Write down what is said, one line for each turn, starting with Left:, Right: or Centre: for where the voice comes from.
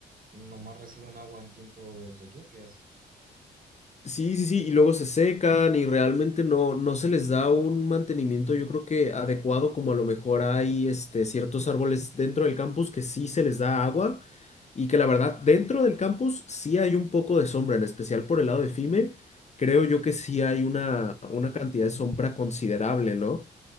Right: nomás reciben agua en tiempos de lluvias.
Left: Sí, sí, sí, y luego se secan y realmente no, no se les da un mantenimiento, yo creo que adecuado, como a lo mejor hay este, ciertos árboles dentro del campus que sí se les da agua y que la verdad dentro del campus sí hay un poco de sombra, en especial por el lado de FIME, creo yo que sí hay una, una cantidad de sombra considerable, ¿no?